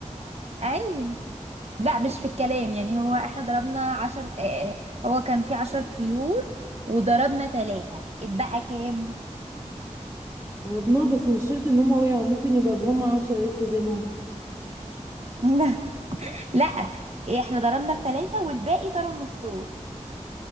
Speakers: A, on the right (about 55°); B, on the right (about 20°).
A: ايوه لا مش في الكلام يعني هو احنا ضربنا عشر آه هو كان في عشر طيور وضربنا تلاتة اتبقى كام
B: ضربناه بس مش شرط ان هما وقعوا ممكن يبقى بهم عشرة لسه زي ما هم
A: <laughs> لا احنا ضربنا التلاتة والباقي طاروا من الصوت